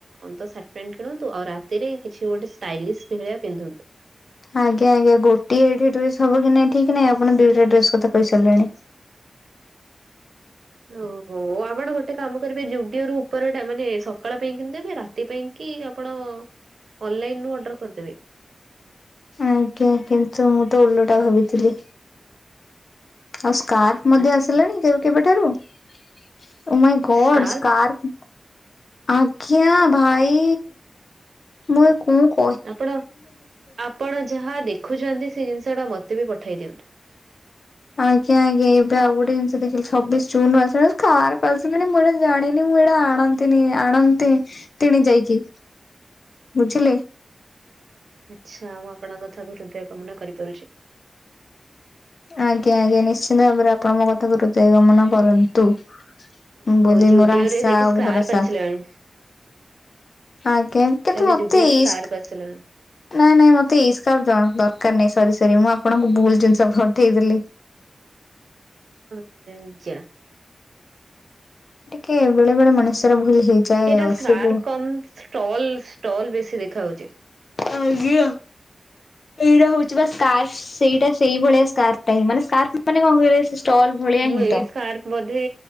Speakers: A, on the right (about 85°); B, on the left (about 65°).
A: ଅନ୍ତ ସାର୍ଟ ପ୍ୟାଣ୍ଟ କିଣନ୍ତୁ ଆଉ ରା ଭିତରେ କିଛି ଗୋଟେ ଷ୍ଟାଇଲିଶ ଭିଳିଆ ପିନ୍ଧନ୍ତୁ।
B: ଆଜ୍ଞା ଆଜ୍ଞ ଗୋଟିଏ ଗୋଟିଏ ଡ୍ରେସ ହବ କି ନାଇଁଠିକ ନାଇଁ ଆପଣ ଦିଇଟାଡ୍ରେସ କ କହିସାରିଲେଣି।
A: ଓହୋ ଆପଣ ଗୋଟେ କାମ କରିବେ ଯୁଡିଓ ରୁ ଉପରେ ଏଟା ମାନେ ସକାଳ ପାଇଁ କିଣିଦେବେ ରାତ ସେଥିପାଇଁ କି ଆପଣ ଅନଲାଇନ ରୁ ଅର୍ଡର କରିଦେବେ।
B: ଆଜ୍ଞା କିନ୍ତୁ ମୁଁ ତ ଓଲଟା ଭାବିଥିଲି। ଆଉ ସ୍କାର୍ପ ମଧ୍ୟ
A: ଓହୋ
B: ଆସିଲାଣି କେବେଠାରୁଓ ମାଇଁ ଗଡ଼
A: ସ୍କାର୍ଫ
B: ସ୍କାର୍ପ ଆଜ୍ଞା ଭାଇ ମୁଁ କୁକ
A: ଆପଣ ଆପଣ ଯାହା ଦେଖୁଛନ୍ତି ସେ ଜିନିଷ ଟା ମତେ ବି ପଠେଇ ଦିଅନ୍ତୁ।
B: ଆଜ୍ଞା ଆଜ୍ଞା ଏବେ ଆଉ ଗୋଟେ ଜିନିଷ ଦେଖିଲି ଛବିଶ ଜୁନରୁୁ ଆସ ସ୍କାର୍ପ ଆସିଲାଣି ମୁଁ ଏଟା ଜାଣିନି ମୁଁ ଏଟା ଆଣନ୍ତି ତିଣେ ଆଣନ୍ତି ତିଣି ଦେଇକି ବୁଝିଲେ?
A: ଆଚ୍ଛା ମୁଁ ଆପଣଙ୍କ କଥାକୁ ହୃଦୟଗମନ କରିପାରୁଛି।
B: ଆଜ୍ଞା ଆଜ୍ଞା ନିଶ୍ଚିନ୍ତ ଭାବରେ ଆପଣ ମୋ କଥାକୁ ହୃଦୟ ଗମନ କରନ୍ତୁ।
A: ଓହୋ
B: ମୁଁ ବୋଇଲି
A: ଜୁଡିଓ
B: ମୋର ଆଶା
A: ରେ ଯାଇକି
B: ଆଉ
A: ସ୍କାର୍ପ
B: ଭରସା
A: ଆସିଲାଣି।
B: ଆଜ୍ଞା କିନ୍ତୁ
A: ତାହେଲେ
B: ମତେ
A: ଜୁଡିଓରେ ସ୍କାର୍ପ
B: ଇସ୍କି
A: ଆସିଲାଣି।
B: ନାଇଁ ନାଇଁ ମତେ ଏଇସ୍ ଦରକାର ନାହିଁ ସରି ସରି ମୁଁ ଆପଣଙ୍କୁ ଭୁଲ ଜିନିଷ ପଠେଇଦେଲି।
A: ଆଜ୍ଞା।
B: ଟିକେ ବେଳେ ବେଳେ ମଣିଷର ଭୁଲ ହେଇଯାଏ
A: ଏଇଟା
B: ଆଉ
A: ସ୍କାର୍ପ
B: ସବୁ
A: କମ ଷ୍ଟଲ ଷ୍ଟଲ ବେଶୀ ଦେଖା ହଉଛି।
B: ଆ୍ଞା ଏଇଟା ହଉଛି ବା ଟାକ୍ସ। ସେଇଟା ସେଇଭଳିଆ ସ୍କାର୍ପ ଟାହିଁ ମାନେ ସ୍କାର୍ପ ମାନେ କଣ କହିଲ ସେ ଷ୍ଟଲ ଭଳିଆ
A: ମୁଁ
B: ହିଁ
A: ଏଇ
B: ତ।
A: ସ୍କାର୍ପ ବୋଧେ